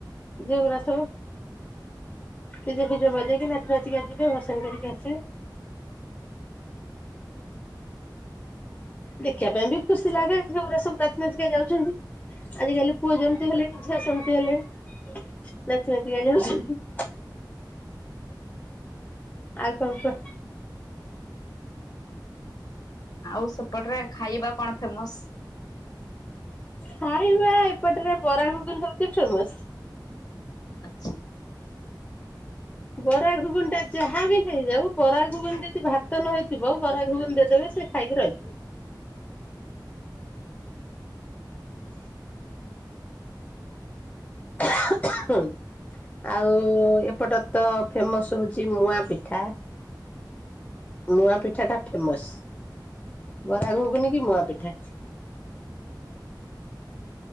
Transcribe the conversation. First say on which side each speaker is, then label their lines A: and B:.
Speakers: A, on the left; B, on the left.
A: ଜିଅଗୁୁରା ସବୁ ଡିଜେ ଫିଜେ ବଜେଇକି ନାଚି ନା <unintelligible> ଚିକା ଯିବେ ଭସାଣି କରିକି ଆସିବେ। ଦେଖିବା ପାଇଁ ବି ଖୁସି ଲାଗେ ଝିଅଗୁରା ସବୁ ନାଚି ନାଚିକା ଯାଉଛନ୍ତି। ଆଜିକାଲି ପୁଅ ଯେମିତି ହେଲେଣି ଝିଅ ସେମତି ହେଲେଣି। ନାଚି ନାଚିକା ଯାଉ <inaudible> ଆଉ କଁ କୁଅ।
B: ଆଉ ସେପଟରେ ଖାଇବା କଣ ଫେମସ?
A: ଖାଇବା ଏପଟରେ ବରାଘୁଗୁନି ହଉଚି ଫେମସ।
B: ଆଚ୍ଛା
A: ବରାଘୁଗୁନି ଟା ଯାହା ବିି ହେଇଯାଉ ବରାଘୁଗୁନି ଯଦି ଭାତ ନହେଇଥିବ ବରାଘୁଗୁନି ଦେଇଦବେ ସେ ଖାଇକି ରହିଯିବେ। <unintelligible> ଆଉ ଏପଟ ତ ଫେମସ ହଉଛି ମୁଆଁପିଠା। ମୁଆଁପିଠା ଟା ଫେମସ। ବରାଘକୁନି କି ମୁଆଁପିଠା।